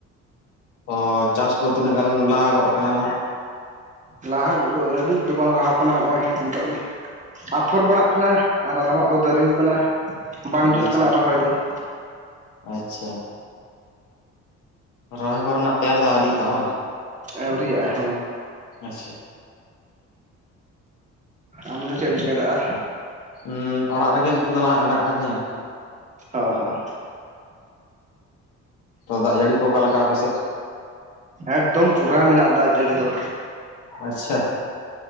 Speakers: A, on the left; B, on the right.
A: ᱚ ᱪᱟᱥ ᱠᱚ ᱛᱤᱱᱟᱹᱜ ᱜᱟᱱ ᱞᱟᱦᱟ ᱜᱚᱫ ᱠᱟᱱᱟ ᱱᱟᱜ
B: ᱞᱟᱦᱟ ᱜᱚᱫ ᱫᱚ ᱟᱹᱰᱤ ᱫᱚ ᱵᱟᱝ ᱞᱟᱦᱟ ᱠᱟᱱᱟ ᱦᱚᱸᱜᱼᱚᱭ ᱱᱤᱛᱚᱜ ᱜᱮ ᱟᱯᱷᱚᱨ ᱵᱟᱲᱟᱜ ᱠᱟᱱᱟ ᱟᱨ ᱟᱫᱚᱢᱟᱜ ᱫᱚ ᱫᱟᱨᱮ ᱟᱠᱟᱱᱟ ᱵᱟᱝ
A: ᱟᱪᱪᱷᱟ
B: ᱡᱩᱛ
A: ᱟᱪᱪᱷᱟ
B: ᱠᱟᱱᱟ ᱨᱚᱦᱚᱭ ᱫᱚ ᱦᱮᱸ
A: ᱟᱪᱪᱷᱟ ᱨᱚᱦᱚᱭ ᱠᱚᱨᱮᱱᱟᱜ ᱛᱮᱭᱟᱨ ᱫᱚ ᱟᱹᱣᱤᱭᱟᱜᱼᱟ ᱵᱟᱝ
B: ᱟᱹᱣᱨᱤᱭᱟᱜ ᱦᱮᱸ
A: ᱟᱪᱪᱷᱟ
B: ᱟᱢ ᱫᱚ ᱪᱮᱫ ᱮᱢ ᱪᱤᱠᱟᱹᱫᱟ ᱟᱨ
A: ᱦᱮᱸ ᱚᱲᱟᱜ ᱨᱮᱜᱮ ᱱᱤᱛᱚᱜ ᱫᱚ ᱱᱟᱜ ᱢᱮᱱᱟᱜ ᱠᱟᱫᱤᱧᱟ
B: ᱦᱚ ᱦᱮ ᱦᱮᱸ
A: ᱛᱚ ᱫᱟᱜ ᱡᱟᱹᱲᱤ ᱠᱚ ᱚᱠᱟᱞᱮᱠᱟ ᱟᱯᱮᱥᱮᱫ
B: ᱮᱠᱫᱚᱢ ᱯᱩᱨᱟᱹᱟ ᱢᱮᱱᱟᱜᱼᱟ ᱫᱟᱜ ᱡᱟᱹᱲᱤ ᱫᱚ
A: ᱟᱪᱪᱷᱟ